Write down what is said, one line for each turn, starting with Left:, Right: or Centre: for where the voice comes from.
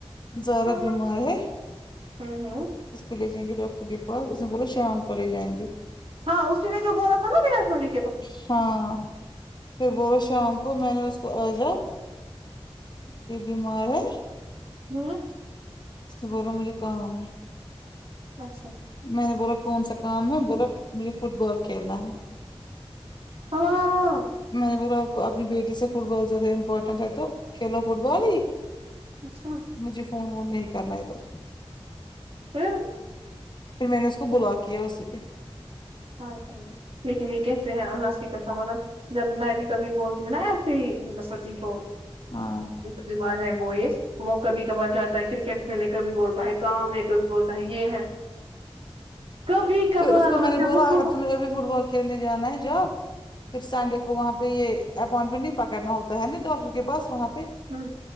Left: زہرا
Right: ہمم
Left: بیمار ہے
Right: ہمم
Left: اس کو لے جائیں گے ڈاکٹر کی بس اس نے بولا شام کو لے جائیں گے
Right: ہاں <unintelligible> اسشنے ج بول س ن پ آ سنے
Left: ہاں پھر بولو شام کو میں نے اس کو آجا یہ بیمار ہے
Right: ہوں
Left: اس نے بولا مجھے کام ہے
Right: اچھا
Left: میں نے بولا کون سا کام ہے بولا مجھے فٹ بال کھیلنا ہے
Right: <unintelligible>
Left: میں نے بولا آپ کو اپنی بیٹی سے فٹ بال زیادہ امپورٹنٹ ہے تو کھیلو فٹ بال ہی
Right: اچھا
Left: مجھے فون وون نہیں کرنا ادھر
Right: پھر
Left: پھر میں نے اس کو بلاک کیا اسی پہ
Right: ہاں صحیح لیکن یہ کیسے ہیں اللہ کی قسم مطلب جب میں بھی کبھی بولتی ہوں نا ایسی سچی کو
Left: ہاں
Right: بیمار ہے وہ یہ وہ کبھی کبار جاتا ہے کرکٹ کھیلے کبھی بولتا ہے کام ہے کبھی بولتا ہے یہ ہے کبھی کھبار
Left: پھر اس کو
Right: مطلب
Left: میں نے
Right: کیا
Left: بولا
Right: بو
Left: اگر تمہیں بھی فٹ بال کھیلنے جانا ہے جاؤ پھر سانڈے کو وہاں پہ یہ اپوائنٹمنٹ نہیں پکڑنا ہوتا ہے نا ڈاکٹر کے پس وہاں پہ
Right: ہوں